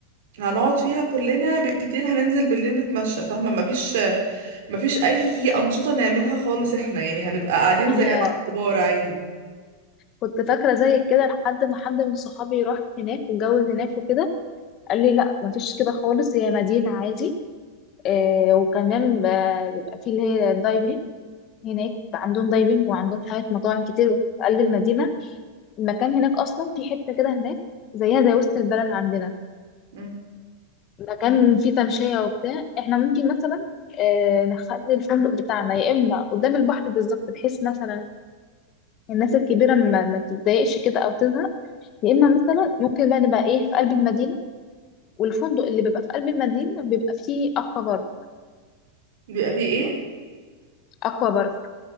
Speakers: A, on the right; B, on the left.
A: هنقعد فيها كلنا بالكتير هننزل بالليل نتمشى فاهمه ما فيش ما فيش اي انشطه نعملها خالص احنا يعني هنبقى قاعدين
B: أنا
A: زي مع الكبار عادي
B: كنت فاكرة زي كده لحد ما حد من صحابي راح هناك واتجوز هناك وكده قال لي لا مفيش كده خالص هي مدينة عادي آه، وكمان آه، بيبقى في اللي هي الدايفنج هناك عندهم دايفنج وعندهم حاجات مطاعم كتير في قلب المدينة المكان هناك أصلا في حتة كده هناك زيها زي وسط البلد عندنا
A: مم.
B: مكان فيه تمشية وبتاع احنا ممكن مثلا آه، نخلي الفندق بتاعنا يا اما قدام البحر بالظبط بحيث مثلا الناس الكبيرة ما, ما تتضايقش كده او تزهق يا اما مثلا ممكن بقى نبقى ايه في قلب المدينة والفندق اللي بيبقى في قلب المدينة بيبقى فيه اكوا بارك
A: بيبقى فيه ايه
B: اكوا بارك